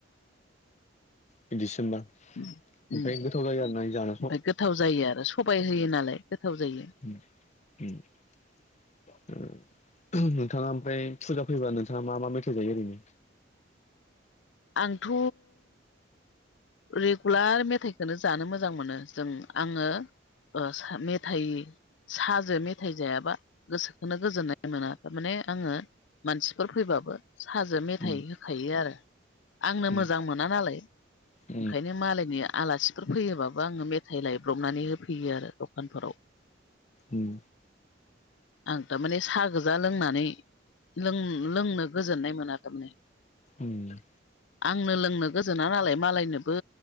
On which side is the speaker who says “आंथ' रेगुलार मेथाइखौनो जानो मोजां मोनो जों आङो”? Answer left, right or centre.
Left